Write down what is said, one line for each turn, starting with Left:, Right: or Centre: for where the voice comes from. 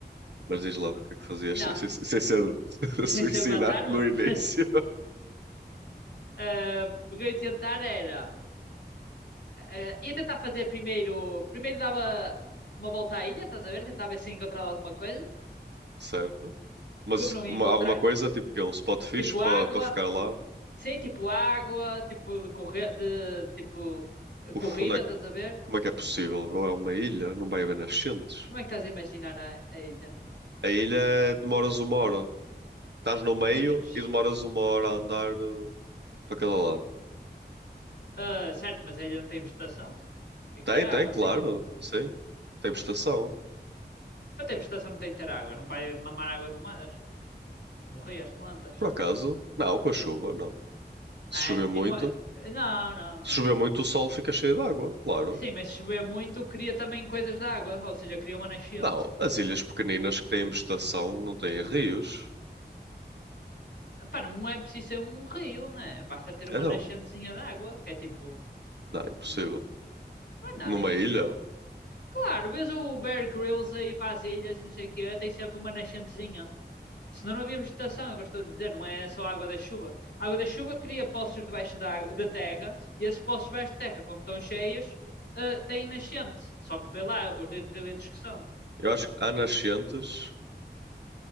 Right: Mas diz lá, o que é que fazias
Left: Não,
Right: sem, sem sem ser <laughs>
Left: <laughs> sem
Right: suicidar
Left: ser matar-me.
Right: no início?
Left: <laughs> Ahm, o que eu ia tentar era. eh, ia tentar fazer primeiro. Primeiro dava uma volta à ilha, estás a ver? Tentava ver se encontrava alguma coisa.
Right: <laughs> Certo? Mas
Left: Como não ia
Right: uma-
Left: encontrar.
Right: alguma coisa, tipo que é um spot fixe
Left: Tipo
Right: para
Left: água,
Right: para ficar lá.
Left: sim, tipo água, tipo de, corre... de tipo
Right: Uf,
Left: corrida,
Right: onde é
Left: estás
Right: que,
Left: a ver?
Right: como é que é possível, bro? É uma ilha, não vai haver nascentes.
Left: Como é que estás a imaginar a, a ilha?
Right: A ilha é- demoras uma hora. Estás no meio
Left: Sim, mas.
Right: e demoras uma hora a andar eh, para cada lado.
Left: ah, certo, mas a ilha não tem vegetação. Tem que
Right: Tem,
Left: ter água,
Right: tem,
Left: assim.
Right: claro,
Left: Não...
Right: sim. Tem estação.
Left: Para ter vegetação não tem que ter água. Não vai mamar água do mar. Morrer as plantas.
Right: Por acaso? Não, com a chuva, não.
Left: Não
Right: Se
Left: é?
Right: chover muito,
Left: E não é... Não, não, não.
Right: se chover muito, o sol fica cheio de água, claro.
Left: Sim, mas se chover muito, cria também coisas de água. Ou seja, cria uma nascente.
Right: Não, as ilhas pequeninas que têm vegetação não têm rios.
Left: Pá, não é preciso ser um rio, né? Basta ter uma
Right: Então,
Left: nascentezinha de água, que é tipo.
Right: não, é impossível.
Left: hum, Não é nada
Right: Numa
Left: impossível.
Right: ilha?
Left: Claro, vês o Bear Grylls aí para as ilhas e não sei o quê, tem sempre uma nascentezinha. Senão não havia vegetação, eu gosto de dizer, não é só a água da chuva. A água da chuva cria poços debaixo da, água- da terra e esses poços debaixo da terra, quando estão cheios, eh, têm nascente. Só que dê lá os litros e litros que são.
Right: Eu acho que há nascentes,